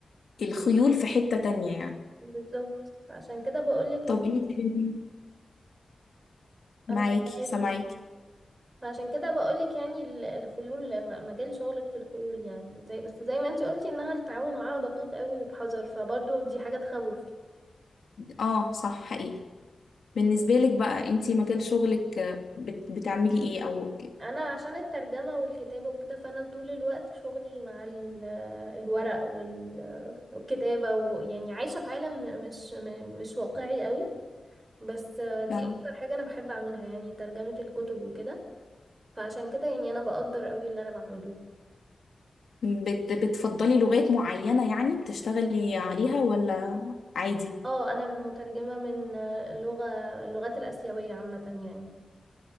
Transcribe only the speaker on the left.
الخيول في حتة تانية يعني
طب انت بن- معاكي
سامعاكي
اه صح حقيقي بالنسبة لك بقى انت مجال شغلك آه، بت... بتعملي ايه او
آه،
بت... بتفضلي لغات معينة يعني بتشتغلي عليها ولا عادي